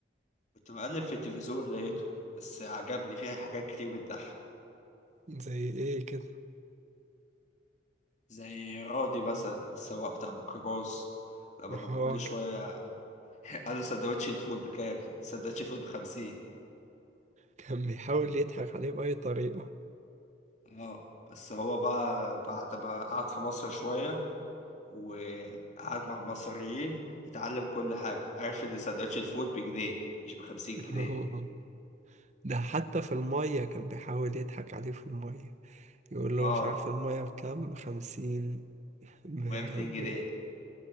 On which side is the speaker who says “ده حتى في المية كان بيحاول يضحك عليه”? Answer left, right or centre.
Right